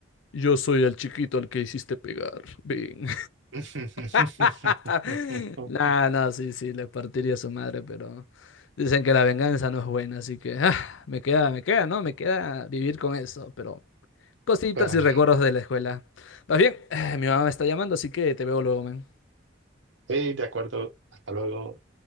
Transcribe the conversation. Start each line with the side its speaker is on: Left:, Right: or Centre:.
Left: Yo soy el chiquito al que hiciste pegar. Ven.
Right: <laughs>
Left: <laughs> No, no, sí, sí, le partiría a su madre, pero dicen que la venganza no es buena, así que ah, me queda, me queda, ¿no? Me queda vivir con eso, pero cositas
Right: Bueno,
Left: y recuerdos de la escuela. Más bien, eh, mi mamá me está llamando, así que te veo luego, man.
Right: sí, de acuerdo. Hasta luego.